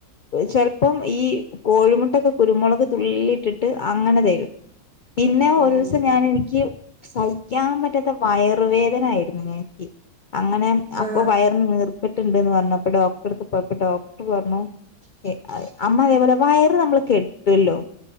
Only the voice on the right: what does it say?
ഉം
ഉം
ആഹ്